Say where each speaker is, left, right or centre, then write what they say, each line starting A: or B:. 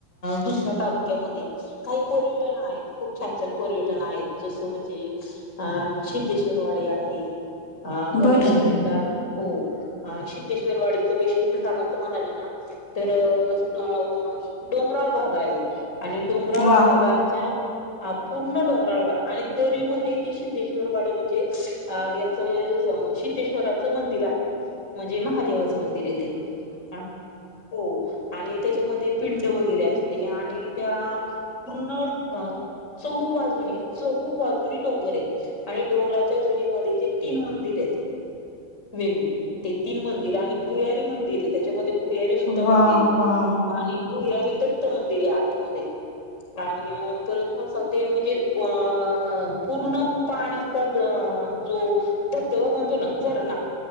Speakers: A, on the left (about 15°); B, on the left (about 70°).
A: दुसऱ्या तालुक्यामध्ये काही पर्यट टन आहेत खूप छान छान पर्यटन आहेत. जसं म्हणजे अ सिद्धेश्वरवाडी आहे. अ गणेश
B: बरं
A: खिंडा हो अ सिधेश्वर वाडीच वैशिष्ट सांगायचं म्हणालो ना तर <unintelligible> डोंगराळ भाग आहे. आणि डोंगराळ
B: वा
A: भागाच्या हा पूर्ण डोंगराळवा आणि दरीमध्ये ती सिद्धेश्वर वाडी म्हणजे याच <unintelligible> सिद्धेश्वराच मंदिर आहे म्हणजे महादेवाच मंदिर येतय हा हो. आणि त्याच्यामध्ये पिंड वगैरे असते आणि त्या पूर्ण अ चहू बाजूनी चहू बाजूनी डोंगर येत आणि डोंगराच्या दरीमध्ये ते तीन मंदिर येत. वेगवेग ते तीन मंदिर आणि भुयारी मंदिर ये त्याच्यामध्ये भुयारी सुद्धा
B: वा
A: मंदिर ये
B: वा
A: आणि भुयारी दत्त मंदिर ये आतमध्ये आणि परत तुम्हाला सांगते म्हणजे अ पूर्ण पाण्याचा जो धबधबा म्हणतो ना झरणा.